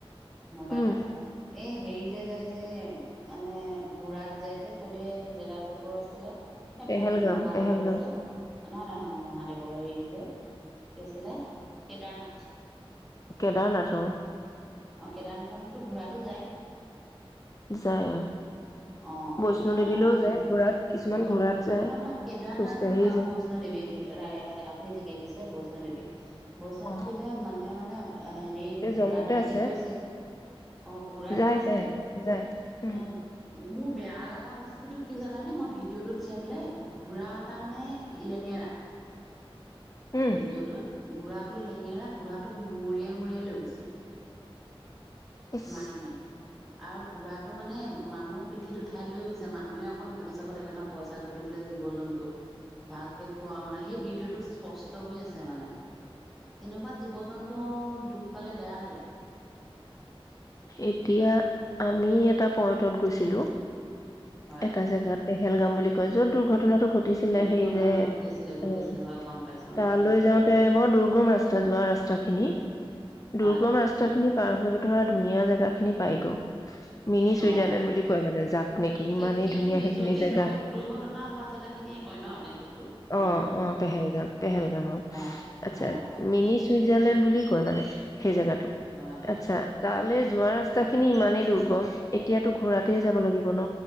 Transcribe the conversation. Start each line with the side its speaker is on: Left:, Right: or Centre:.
Centre: মোবাইলত
Left: উম
Centre: এ হেৰি এ যায় যে, মানে ঘোঁৰাত যায় যে কলে জেগাটোকৰ আছিলে? এই
Left: পেহেলগাম
Centre: ভগ মহাদেৱৰ
Left: পেহেলগাম
Centre: যে নই-নই নহয় মহাদেৱৰ হেৰি যে কি আছিলে? কেদাৰনাথ
Left: কেদাৰনাথ অ'।
Centre: অ' কেদাৰনাথলৈতো ঘোঁৰাতো যায়
Left: যায় অ
Centre: অ'
Left: বৈষ্ণো
Centre: এতিয়া
Left: দেৱীলৈও
Centre: মানে মই ভিড
Left: যায়
Centre: অ'
Left: ঘোঁৰাত কিছুমান ঘোঁৰাত যায়
Centre: নহ ন কেদাৰনাথ
Left: খোজকাঢ়িও
Centre: নহয়
Left: যায়
Centre: অ বৈষ্ণ দেৱী ৰা আপুনি ঠিকেই কৈছে। বৈষ্ণদেৱী, বৈষ্ণদেৱীলৈ
Left: অ
Centre: মানুহে অ' মানে হেৰি
Left: এই
Centre: ঘোঁৰাত
Left: জম্মুতে
Centre: এনেকে
Left: আছে
Centre: গৈছে। অ' ঘোঁৰাত
Left: যায়
Centre: গৈছে।
Left: যায় যায় উম
Centre: অ' মোৰ বেয়া লগা বস্তুটো কি জানা নে? মই ভিডিঅ'টোত চাই পেলাই ঘোঁৰা এটা মানে লেঙেৰা
Left: উম
Centre: ভিডিঅ'টোত ঘোঁৰাটো লেঙেৰা, ঘোঁৰাটোক মৰিয়াই মৰিয়াই লৈ গৈছে।
Left: ইচ
Centre: মাৰি-মাৰি। আৰু ঘোঁৰাটো মানে মানুহক পিঠিত উ উঠাই লৈ গৈছে। মানুহে অকণ ভাবি চাব লাগে ন', পইচা ঘটিবলৈ জীৱ জন্তুক ভালকে খোৱাও নাই। সেই ভিডিঅ'টোত স্পষ্ গৈ আছে মানে! তেনেকুৱাত জীৱ-জন্তুৰ দুখ পালে বেয়া লাগে।
Left: এতিয়া আমি এটা পইণ্টত গৈছিলোঁ।
Centre: হয়
Left: এটা জেগাত পেহেলগাম বুলি কয় য'ত দুৰ্ঘটনাটো ঘটিছিলে
Centre: দুৰ্ঘটনা
Left: সেই যে
Centre: ঘটিছিলে ঘটিছিলে
Left: উম,
Centre: হয় গম পাইছো
Left: তালৈ
Centre: অ
Left: যাওঁতে বৰ দুৰ্গম ৰাস্তা, যোৱা ৰাস্তাখিনি। দুৰ্গম
Centre: হয়
Left: ৰাস্তাখিনি পাৰ হৈ ধৰা নিয়া জেগাখিনি পায় গু। মিনি চুইজাৰলেণ্ড
Centre: অ
Left: বুলি কয় মানে, যাক নেকি ইমানেই
Centre: সেই
Left: ধুনীয়া সেইখিনি
Centre: য'তে
Left: জেগা।
Centre: দুৰ্ঘ দুৰ্ঘটনা হোৱা জেগা খিনিয়ে কয় ন তে সেইটো
Left: অ'
Centre: নামটো
Left: - অ' পেহেলগাম- পেহেলগামক।
Centre: অ
Left: আচ্ছা,
Centre: অ
Left: মিনি ছুইজাৰলেণ্ড বুলি কয় মানে সেই জেগাত
Centre: হয়
Left: আচ্ছা। তালৈ যোৱা ৰাস্তাখিনি ইমানেই দুৰ্গম এতিয়াতো ঘোঁৰাতে যাব লাগিব ন?